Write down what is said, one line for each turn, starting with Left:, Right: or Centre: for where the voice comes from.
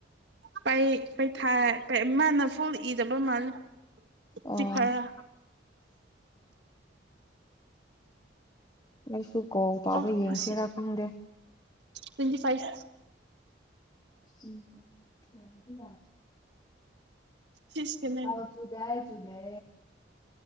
Right: ꯄꯩ ꯄꯩꯊꯥꯏ ꯃꯥꯅ ꯐꯨꯜ ꯏꯗꯕ ꯃꯥꯜꯂꯦ
Left: ꯑꯣ
Right: ꯁꯤ ꯈꯔ
Left: ꯑ ꯑꯩꯁꯨ ꯀꯣ ꯐꯥꯎꯕ
Right: ꯑꯣ
Left: ꯌꯦꯡꯁꯤꯔꯥ
Right: ꯑꯁꯤ
Left: ꯈꯪꯗꯦ
Right: ꯇ꯭ꯋꯦꯟꯇꯤ ꯐꯥꯏꯚ
Left: ꯎꯝ
Right: ꯁꯤꯁꯀꯤꯅꯦ
Left: ꯑꯥꯎ ꯆꯨꯗꯦ ꯍꯥꯏꯏ ꯆꯨꯗꯦ